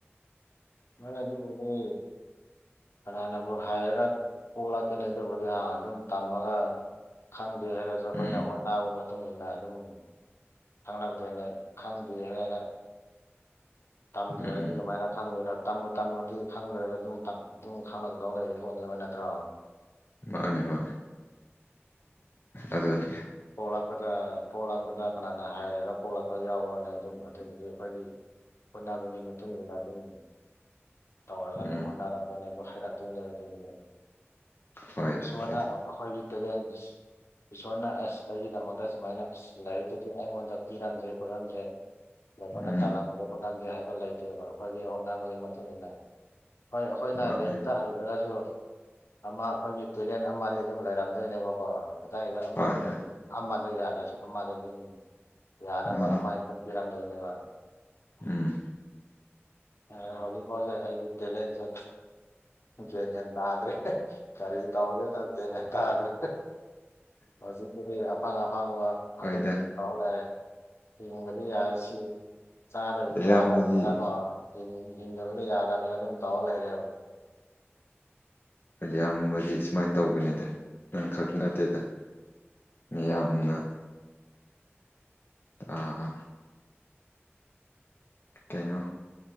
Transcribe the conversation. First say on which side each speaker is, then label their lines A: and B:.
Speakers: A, on the left; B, on the left.
A: ꯅꯣꯏ ꯑꯗꯨꯕꯨꯗꯤ ꯀꯅꯥꯅꯕꯨ ꯍꯩꯔꯒ ꯄꯣꯛꯂꯛꯀꯦꯅꯦ ꯑꯗꯨꯕꯨꯗꯤ ꯍꯥ ꯑꯗꯨꯝ ꯇꯝꯃꯒ ꯈꯪꯗꯦ ꯍꯥꯏꯔꯁꯨ ꯑꯈꯣꯏꯅ
B: ꯎꯝ
A: ꯍꯣꯠꯅꯕ ꯃꯇꯨꯡ ꯏꯟꯅ ꯑꯗꯨꯝ ꯈꯪꯂꯛꯇꯣꯏꯅꯦ ꯈꯪꯗꯦ ꯍꯥꯏꯔꯒ ꯇꯝꯗ꯭ꯔꯗꯤ
B: ꯎꯝ
A: ꯀꯃꯥꯏꯅ ꯈꯪꯗꯣꯏꯅꯣ ꯇꯝꯕꯨ ꯇꯝꯃꯗꯤ ꯈꯪꯗ꯭ꯔꯒ ꯑꯗꯨꯝ ꯇꯞ ꯑꯗꯨꯝ ꯈꯪꯂꯒꯗꯧ ꯂꯩꯔ ꯄꯣꯠꯅꯦꯕ ꯅꯠꯇ꯭ꯔꯣ
B: ꯃꯥꯅꯦ ꯃꯥꯅꯦ ꯑꯗꯨꯅꯤ
A: ꯄꯣꯛꯂꯛꯄꯗ ꯄꯣꯛꯂꯛꯄꯗ ꯀꯅꯥꯅ ꯍꯩꯔꯒ ꯄꯣꯛꯂꯛꯄ ꯌꯥꯎꯕ꯭ꯔꯅꯦ ꯑꯗꯨꯝ ꯑꯗꯨꯒꯤꯗꯤ ꯑꯩꯈꯣꯏꯒꯤ ꯍꯣꯠꯅꯕꯒꯤ ꯃꯇꯨꯡ ꯏꯟꯅ ꯑꯗꯨꯝ ꯇꯧꯔꯒ
B: ꯎꯝ
A: ꯑꯗꯨꯝ ꯍꯣꯠꯅꯔꯛꯄꯅꯦ ꯑꯗꯨ ꯍꯩꯔꯛꯇꯣꯏꯅꯦ ꯑꯗꯨꯕꯨꯗꯤ
B: ꯍꯣꯏꯗ
A: ꯏꯁꯣꯔꯅ
B: ꯍꯣꯏꯗ
A: ꯑꯈꯣꯏꯒꯤ ꯇꯦꯂꯦꯟꯁ ꯏꯁꯣꯔꯅ ꯑꯦꯁ ꯑꯩꯒꯤꯗꯃꯛꯇ ꯁꯨꯃꯥꯏꯅ ꯂꯥꯏꯔꯤꯛꯇꯗꯤ ꯑꯩꯉꯣꯟꯗ ꯇꯤꯔꯝꯗ꯭ꯔꯦ ꯈꯣꯠꯂꯝꯗ꯭ꯔꯦ ꯂꯥꯏꯕꯛꯅ
B: ꯎꯝ
A: ꯇꯜꯂꯝꯗ꯭ꯔꯦ ꯈꯣꯠꯂꯝꯗꯦ ꯍꯥꯏꯕ ꯂꯩꯇꯦꯕ ꯑꯩꯈꯣꯏꯒꯤ ꯍꯣꯠꯅꯕꯒꯤ ꯃꯇꯨꯡ ꯏꯟꯅ ꯍꯣꯏ ꯑꯩꯈꯣꯏꯅ
B: ꯃꯥꯅꯦ
A: ꯂꯥꯏꯔꯤꯛꯇ ꯍꯩꯇ꯭ꯔꯒꯁꯨ ꯑꯃ ꯑꯩꯈꯣꯏꯒꯤ ꯇꯦꯂꯦꯟ ꯑꯃꯗꯤ ꯑꯗꯨꯝ ꯂꯩꯔꯝꯗꯣꯏꯅꯦꯕꯀꯣ ꯀꯗꯥꯏꯗ ꯑꯃꯅꯅꯣ
B: ꯍꯣꯏ ꯍꯣꯏ
A: ꯑꯃꯗ ꯌꯥꯗ꯭ꯔꯁꯨ ꯑꯃꯗꯒꯤꯅꯤ ꯌꯥꯅꯕ
B: ꯑꯥ
A: ꯑꯃ ꯏꯟꯀꯝ ꯄꯤꯔꯝꯗꯣꯏꯅꯦꯕ
B: ꯎꯝ
A: ꯑ ꯍꯧꯖꯤꯛ ꯐꯥꯎꯁꯦ ꯑꯩꯒꯤ ꯇꯦꯂꯦꯟꯁꯦ ꯒ꯭ꯌꯥꯟꯅꯟ ꯇꯥꯗ꯭ꯔꯦ ꯀꯔꯤ ꯇꯧꯗꯣꯏꯅꯣ ꯒ꯭ꯌꯥꯟ ꯃꯦꯟ ꯇꯥꯗ꯭ꯔꯦ ꯍꯧꯖꯤꯛ ꯑꯗꯨꯒꯤ ꯑꯐꯡ ꯑꯐꯡꯕ
B: ꯍꯣꯏꯗ
A: ꯑꯗꯨꯝ ꯇꯧ ꯂꯩꯔꯦ ꯍꯤꯡꯕꯗꯤ ꯌꯥꯗ ꯁꯤ ꯆꯥꯗꯕꯗꯤ
B: ꯏꯌꯥꯝꯕꯗꯤ
A: ꯌꯥꯗꯕꯅꯤꯅꯀꯣ
B: ꯎꯝ
A: ꯍꯤꯡ ꯍꯤꯡꯗꯕꯗꯤ ꯌꯥꯗꯕꯅꯤꯅ ꯑꯗꯨꯝ ꯇꯧꯔ ꯂꯩꯔꯦꯕ
B: ꯑꯌꯥꯝꯕꯗꯤ ꯁꯨꯃꯥꯏ ꯇꯧꯕꯅꯤꯗ ꯅꯪ ꯈꯛ ꯅꯠꯇꯦꯗ ꯃꯤꯌꯥꯝꯅ ꯇꯥ ꯀꯩꯅꯣ